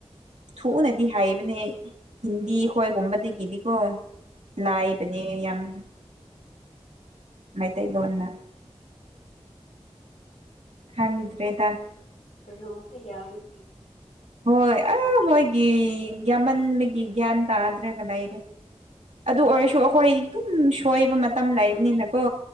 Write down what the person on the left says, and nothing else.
ꯑ
ꯔꯣꯁꯦ <unintelligible> ꯌꯥꯃꯤ꯫